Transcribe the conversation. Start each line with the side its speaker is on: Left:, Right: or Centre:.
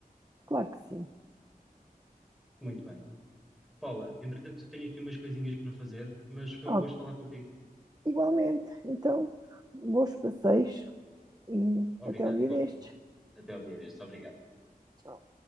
Right: Claro que sim.
Centre: Muito bem. Paula, entretanto, eu tenho aqui umas coisinhas para fazer, mas foi
Right: Ok.
Centre: um gosto falar contigo.
Right: Igualmente. Então, bons passeios e
Centre: Obrigado,
Right: até um dia
Centre: igualmente.
Right: destes.
Centre: Até ao dia destes. Obrigado.
Right: Tchau.